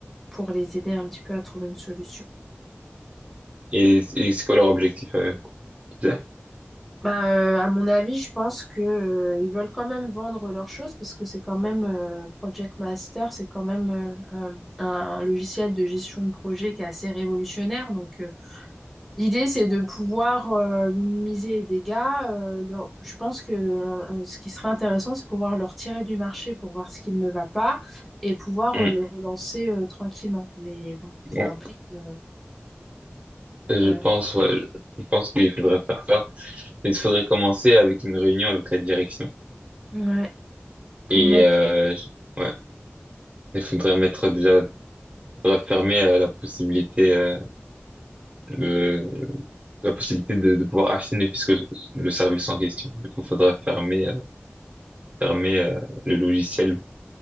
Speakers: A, in the centre; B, on the right.
A: pour les aider un petit peu à trouver une solution.
B: et c'est quoi leur objectif à eux? Tu sais
A: Bah, euh, à mon avis, je pense que, euh, ils veulent quand même vendre leurs choses parce que c'est quand même euh, Project Master, c'est quand même euh, euh, un logiciel de gestion de projet qui est assez révolutionnaire. Donc, euh, L'idée, c'est de pouvoir euh, minimiser les dégâts. euh, leur- je pense que euh, ce qui serait intéressant, c'est pouvoir le retirer du marché pour voir ce qui ne va pas et pouvoir
B: Hmm,
A: euh, le relancer euh, tranquillement. Mais bon, ça
B: ouais.
A: implique... euh,
B: Euh,
A: euh,
B: Je pense, ouais, je je pense qu'il faudrait faire ça. Il faudrait commencer avec une réunion avec la direction.
A: ouais, pour
B: Et
A: mettre...
B: euh, je- ouais, il faudrait mettre déjà, il faudrait fermer euh, la possibilité, euh, de, la possibilité de, de pouvoir acheter ne fût-ce que le service en question. Du coup, il faudrait fermer, euh, fermer euh, le logiciel,